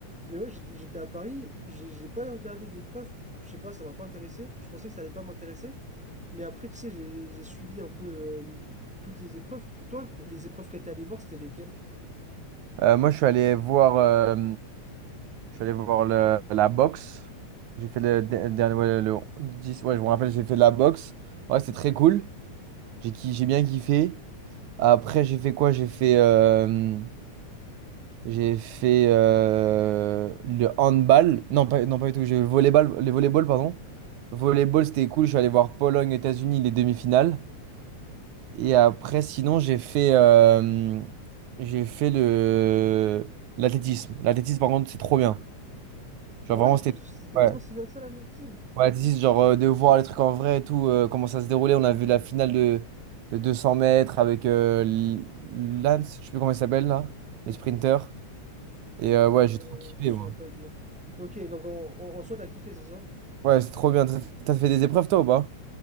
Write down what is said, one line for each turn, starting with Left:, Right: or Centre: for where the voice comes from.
Centre: Mais ouais, j'étais, j'étais à Paris, j'ai j'ai pas regardé des preuves je sais pas, ça m'a pas intéressé. Je pensais que ça allait pas m'intéresser. Mais après, tu sais, j'ai j'ai suivi un peu euh, toutes les épreuves. Toi, les épreuves que t'es allé voir, c'était lesquelles?
Right: Euh, moi, je suis allé voir, euh, je suis allé voir le- la boxe. J'ai fait le, de- dernier, ouais, le dix ouais, je me rappelle, j'ai fait de la boxe. Ouais, c'était très cool. J'ai ki- j'ai bien kiffé. Après, j'ai fait quoi? J'ai fait. euh, J'ai fait euh, le handball. Non, pas, non, pas du tout. J'ai le volleyball, le volleyball, pardon. Volleyball, c'était cool. Je suis allé voir Pologne, États-Unis, les demi-finales. Et après, sinon, j'ai fait, euh, j'ai fait le l'athlétisme. L'athlétisme, par contre, c'est trop bien. Genre,
Centre: Ah ouais,
Right: vraiment,
Centre: je-
Right: c'était.
Centre: je- c'était
Right: Ouais.
Centre: vraiment si bien que ça, l'athlétisme?
Right: Ouais, l'athlétisme, genre, euh, de voir les trucs en vrai et tout, euh, comment ça se déroulait. On a vu la finale de, de 200 mètres avec euh, L- Lance, je sais plus comment il s'appelle là, le sprinter. Et euh,
Centre: Euh,
Right: ouais, j'ai trop kiffé,
Centre: je saurais
Right: moi.
Centre: pas te dire. Ok, donc en, en, en soi, t'as kiffé, c'est ça?
Right: Ouais, c'est trop bien. T'as t'as fait des épreuves, toi, ou pas?